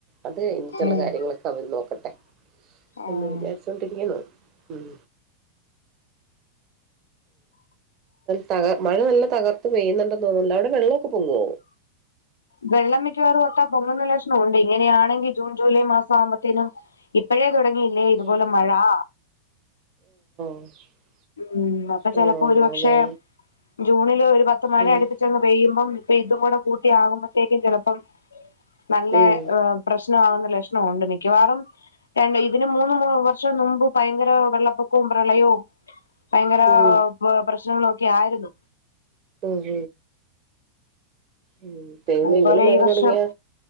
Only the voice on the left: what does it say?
ഉം
ആഹ്
വെള്ളം മിക്കവാറും ഒത്താ പൊങ്ങുന്ന ലക്ഷണം ഉണ്ട്. ഇങ്ങനെയാണെങ്കിൽ ജൂൺ, ജൂലൈ മാസം ആകുമ്പോത്തേനും ഇപ്പോഴേ ഇ <unintelligible> അല്ലേ ഇതുപോലെ
മഴാ....
ഉം അപ്പൊ ചിലപ്പോ
ഒരുപക്ഷെ.
ജൂണില് ഒരു പത്ത് മണി
അടിപ്പിച്ചങ് പെയ്യുമ്പം ഇതും കൂടെ കൂട്ടിയാകുമ്പോത്തേക്ക്‌ ചെലപ്പം നല്ല
പ്രശ്നമാവ് ലക്ഷണമുണ്ട് മിക്കവാറും രണ്ട് ഇതിന് മൂന്ന് വർഷം മുമ്പ് ഭയങ്കര വെള്ളപ്പൊക്കവും പ്രളയവും.... ഭയങ്കര
പ്രശ്നങ്ങള് ഒക്കെ ആയിരുന്നു....
അതുപോലെ
ഈ വർഷം